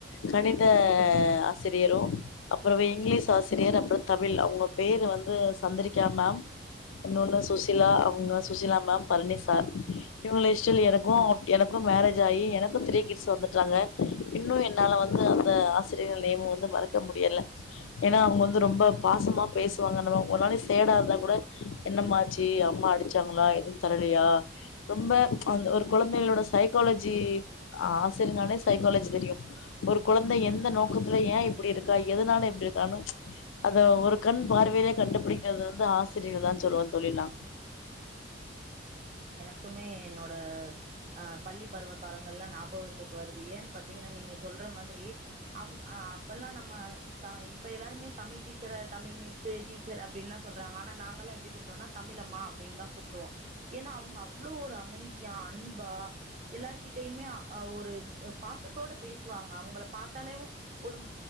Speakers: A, on the left (about 85°); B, on the right (about 35°).
A: கணித ஆசிரியரும் அப்புறோ இங்கிலீஷ் ஆசிரியர் அப்புறோ தமிழ் அவங்க பேரு வந்து சந்திரிகா மேம் இன்னொன்னு சுசிலா அவங்க சுசிலா மேம் பழனி. சார் இவங்க இஷ்டில எனக்கு எனக்கு மேரேஜ் ஆகி எனக்கு த்ரீ கிட்ஸ் வந்துட்டாங்க இன்னும் என்னால வந்து அந்த ஆசிரியர்கள் நேம வந்து மறக்க முடிய. ல ஏன்னா அவங்க வந்து ரொம்ப பாசமா பேசுவாங்க நம்ம ஒரு நாளைக்கு சேடா இருந்தா கூட என்னம்மா ஆச்சு அம்மா அடிச்சாங்களா எதுவும் தரலையா. ரொம்ப அந்த ஒரு குழந்தைகளோட சைக்காலஜி ஹ ஆசிரனாலே சைக்காலஜி தெரியு ஒரு குழந்தை எந்த நோக்கத்துல ஏ இப்படி இருக்கா எதனால இப்படி இருக்கானு. ம்ச் அத ஒரு கண் பார்வையிலயே கண்டுபிடிக்கிறது வந்து ஆசிரியர் தான் சொல்லுவன் தோழி நா.
B: க்குமே என்னோட ஹ பள்ளி பருவ. காலங்கள்லா ஞாபகத்துக்கு வருது ஏன்னா பாத்தீங்கன்னா நீங்க. சொல்ற மாதிரி அவங். ஆஹ அப்போல்லா நம்ம த இப்போ எல்லோருமே தமிழ் டீச்சர தமிழ் மிஸ்ஸு டீச்சர் அப்படின்லா சொல்றாங்க ஆனா நாங்கள்லா எப்படி கூப்புடுவோனா தமிழம்மா. அப்படின்னுதா கூப்புடுவோ. ஏன்னா அவங்க அவ்வளோ ஒரு அமைதியா அன்பா எல்லார்கிட்டயுமே ஒரு பாசத்தோட பேசுவாங்க அவங்கள பாத்தாலேவு ஒரு